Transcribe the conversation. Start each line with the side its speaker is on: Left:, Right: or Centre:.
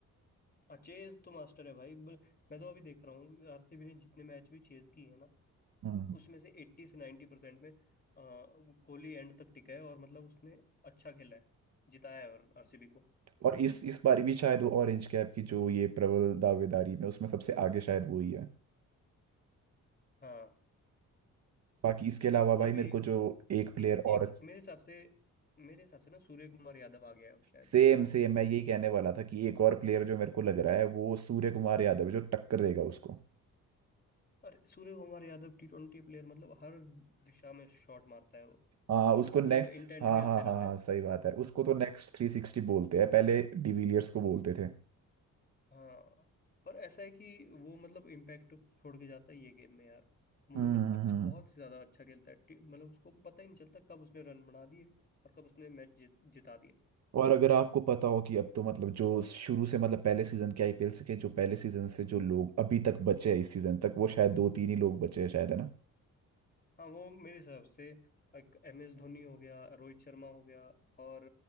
Left: हाँ चेज तो मास्टर है भाई ब- मैं तो अभी देख रहा हूँ आरसीबी ने जितने मैच भी चेज किए हैं ना
Right: हम्म
Left: उसमें से 80 से 90 परसेंट में अ, कोहली एंड तक टिका है और मतलब उसने अच्छा खेला है जिताया है और आरसीबी को
Right: और इस इस बार भी शायद वो ऑरेंज कैप की जो ये प्रबल दावेदारी में उसमें सबसे आगे शायद वो ही है
Left: हाँ
Right: बाकी इसके अलावा भाई
Left: अभी
Right: मेरे को जो एक प्लेयर
Left: ए,
Right: और
Left: एक मेरे हिसाब से मेरे हिसाब से ना सूर्य कुमार यादव आ गया है अब शायद
Right: सेम सेम मैं यही कहने वाला था कि एक और प्लेयर जो मेरे को लग रहा है वो सूर्य कुमार यादव है, जो टक्कर देगा उसको
Left: और Suryakumar Yadav टी ट्वेंटी player मतलब हर दिशा में शॉट मारता है वो
Right: हाँ
Left: और
Right: उसको
Left: उसका
Right: ने
Left: मतलब इंटेंट
Right: हाँ
Left: भी अच्छा
Right: हाँ
Left: रहता
Right: हाँ हाँ
Left: है
Right: सही बात है उसको तो नेक्स्ट थ्री सिक्सटी बोलते हैं पहले डिविलियर्स को बोलते थे
Left: हाँ पर ऐसा है कि वो मतलब इम्पैक्ट छोड़ के जाता है ये गेम में यार वो
Right: हम्म
Left: मतलब अच्छा
Right: हम्म।
Left: बहुत ही ज्यादा अच्छा खेलता है टी- मतलब उसको पता ही नहीं चलता कब उसने रन बना दिए और कब उसने मैच जित, जिता दिया
Right: और अगर आपको पता हो कि अब तो मतलब जो शुरू से मतलब पहले सीजन के आईपीएल से के जो पहले सीजन से जो लोग अभी तक बचे हैं इस सीजन तक वो शायद दो तीन ही लोग बचे हैं शायद है ना
Left: हाँ वो मेरे हिसाब से एम एस धोनी हो गया रोहित शर्मा हो गया और